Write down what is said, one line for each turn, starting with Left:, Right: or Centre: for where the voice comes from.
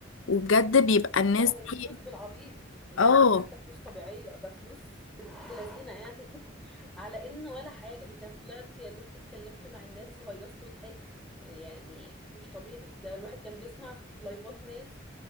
Left: وبجد بيبقى الناس
Centre: لا وفلوس
Left: دي
Centre: بالعبيط يا
Left: اه
Centre: ريت حتى فلوس طبيعية ده فلوس بنت لذينة يعني <laughs> على إن ولا حاجة أنت طلعت يا دوب اتكلمت مع الناس وهيصت وضحكت يعني مش طبيعي ده الواحد كان بيسمع في لايفات ناس